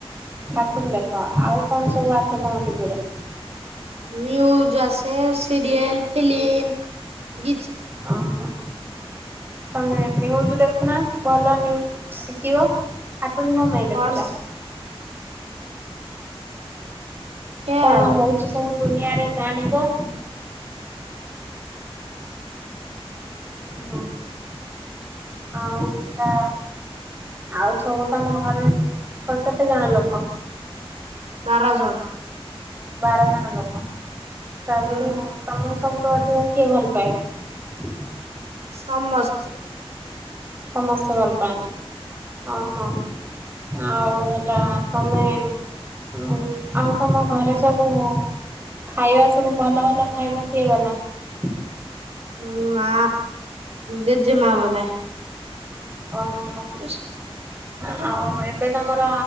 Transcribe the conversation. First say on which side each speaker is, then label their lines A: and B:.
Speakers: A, on the right; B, on the right.
A: କାଟୁନ୍ ଦେଖ ଆଉ କଣ ସବୁ ଆସେ ତମ ଟିଭିରେ।
B: ନ୍ୟୁଜ୍ ଆସେ ସିରିଏଲ୍ ଫିଲ୍ମ୍ ଗୀ
A: ଅହୋ। ତମେ ନ୍ୟୁଜ୍ ଦେଖି ନ ଭଲ ନ୍ୟୁଜ୍ ଶିକିବ। କାଟୁନ୍ କପାଇଁ
B: କଣ
A: ଦେଖିଚ।
B: ଶିଖେ
A: କଣ
B: ଆଉ
A: ହଉଚି ସବୁ ଦୁନିଆରେ ଜାଣିବ। ଓ ହୋ। ଆଉ ହେଲା ଆଉ ସବୁ ତମ ଘରେ ଉ ତ କେତେ ଜଣ ଲୋକ।
B: ବାର ଜଣ।
A: ବାର ଜଣ ଲୋକ ତାପରଠୁ
B: ହୁଁ
A: ତମକୁ ସବୁ ଅଧିକା କିଏ ଭଲ ପାଏ।
B: ସମସ୍ତେ।
A: ସମସ୍ତେ ଭଲପାଆନ୍ତି ହଁ ହଁ। ଆଉ ହେଲା ତମେ ହୁଁ ଆଉ ତମ ଘରେ ସବୁ ଖାଇବା ସବୁ ଭଲ ଭଲ ଖାଇବା କିଏ ବନାଏ
B: ଉଁ ମା ଜେଜେ ମା ବନାଏ
A: ଓହୋ।
B: ସେଟା
A: ଆଉ
B: <unintelligible>
A: ଏବେ ତମର